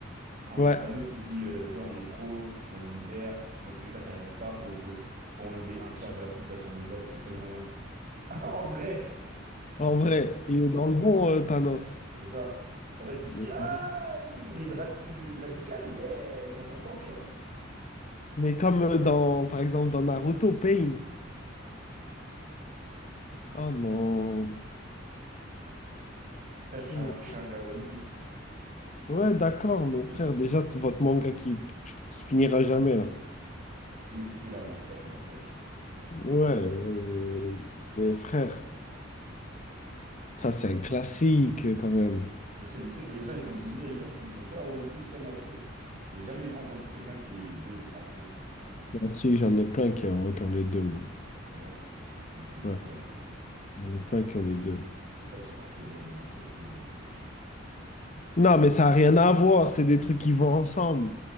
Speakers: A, on the right; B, on the left.
A: quand
B: Ouais.
A: Thanos, il dit, euh, ouais, on est trop dans l'univers, dans tous les cas, ça y rêve pas, faut, faut, faut enlever un tiers de la population mondiale, c'est le seul moyen. <laughs> En vrai!
B: en vrai, il est dans le bon, euh, Thanos.
A: C'est ça. En vrai, tu te
B: Mais
A: dis, ah, il est drastique, il est radical, mais ça s'entend, tu vois.
B: mais comme euh, dans, par exemple, dans Naruto, Pain. Oh non.
A: Frère, je suis
B: Non.
A: un, je suis un gars One Piece.
B: Ouais, d'accord, mon frère, déjà, t- votre manga qui, qui finira jamais, là.
A: Si, si, si, là, on approche, on approche.
B: Ouais, ouais, ouais. ouais. Mais frère, ça, c'est un classique, quand même.
A: Je sais, mais tu sais que les gens, ils sont divisés. Les gens, ils sont soit One Piece, soit Naruto. J'ai jamais entendu quelqu'un qui est les deux à fond, à fond.
B: Moi aussi, j'en ai plein qui ont, qui ont les deux, moi.
A: Ah ouais? Bah, c'est des
B: Ouais,
A: fous, alors.
B: j'en ai plein qui ont les deux.
A: Je peux pas supporter l'OM et Marseille et PSG.
B: Non, mais ça n'a rien à voir. C'est des trucs qui vont ensemble.